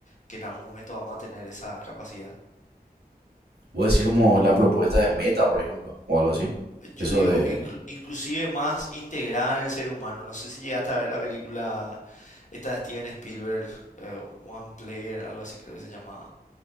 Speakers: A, on the left; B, on the right.
A: que en algún momento vamos a tener esa capacidad.
B: Voy a decir como la propuesta de Meta, por ejemplo, o algo así.
A: Yo
B: Eso
A: digo,
B: de...
A: inclu- inclusive más integrada en el ser humano. No sé si llegaste a ver la película esta de Steven Spielberg, eh, One Player, algo así creo que se llamaba,